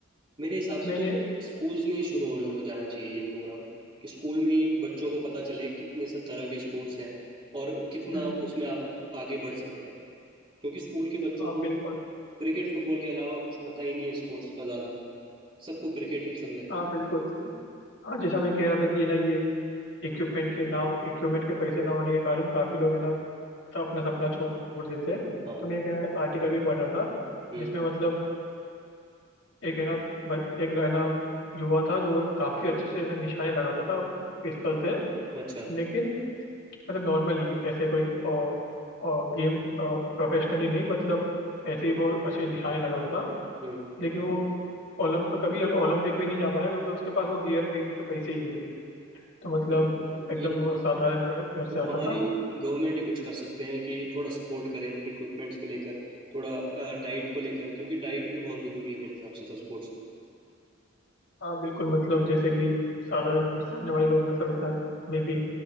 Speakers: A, on the right; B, on the left.
A: मेरे हिसाब से
B: मैंने
A: तो स्कूल्स में ही शुरू हो, हो जाना चाहिए ये प्रोग्राम कि स्कूल में ही बच्चों को पता चले कितने सब तरह के स्पोर्ट्स हैं और कितना
B: हम्म,
A: उसमें आप आगे बढ़ सकते हैं क्योंकि स्कूल के बच्चों
B: हाँ
A: को
B: बिल्कुल
A: क्रिकेट फुटबॉल के अलावा कुछ पता ही नहीं है स्पोर्ट्स का ज़्यादा सबको क्रिकेट ही पसंद है
B: हाँ बिल्कुल हाँ जैसा मैं कह रहा था कि है ना ये इक्विपमेंट के ना इक्विपमेंट के पैसे ना होने के कारण काफी लोग है ना सब अपना सपना छोड़ देते हैं
A: हाँ
B: तो मैं एक है ना आर्टिकल भी पढ़ रहा था
A: हम्म
B: जिसमें मतलब एक है ना ब- एक है ना युवा था जो काफी अच्छे से ना निशाने लगाता था पिस्तल से
A: अच्छा
B: लेकिन मतलब नॉर्मली ऐसे कोई और, और गेम प्रोफेशनली नहीं मतलब ऐसे ही वो अच्छे निशाने लगाता था
A: हम्म
B: लेकिन वो ओलंप कभी ओलंपिक में नहीं जा पाया क्योंकि उसके पास वो गियर खरीदने के पैसे ही नहीं है तो
A: बिल्कुल
B: मतलब
A: भाई,
B: एकदम
A: ये
B: वो साधारण घर घर से
A: ये
B: आता
A: हमारी
B: था
A: गवर्नमेंट ही कुछ कर सकते हैं कि थोड़ा सपोर्ट करें इक्विपमेंट्स को लेकर थोड़ा डाइट को लेकर क्योंकि डाइट भी बहुत ज़रूरी है मेरे हिसाब से तो स्पोर्ट्स में
B: हाँ बिल्कुल मतलब जैसे कि साधारण घर से आने वाले लोग मतलब इतना मे बी